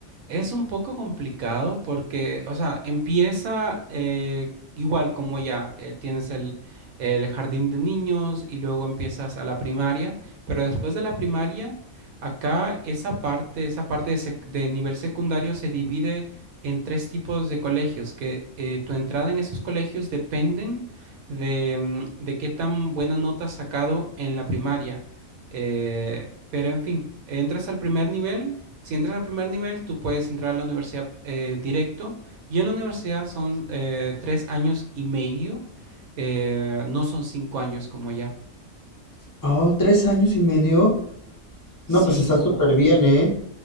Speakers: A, on the right (about 85°); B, on the left (about 30°).
A: es un poco complicado porque, o sea, empieza eh, igual como ya, eh, tienes el, el jardín de niños y luego empiezas a la primaria, pero después de la primaria, acá esa parte, esa parte de, sec- de nivel secundario se divide en tres tipos de colegios, que eh, tu entrada en esos colegios dependen de, mm, de qué tan buena nota has sacado en la primaria. Eh, pero en fin, entras al primer nivel. Si entras al primer nivel, tú puedes entrar a la universidad eh, directo. Y en la universidad son eh, tres años y medio. eh, no son cinco años como allá.
B: Oh, tres años y medio.
A: Sí,
B: No, pues está
A: sí.
B: súper bien, ¿eh?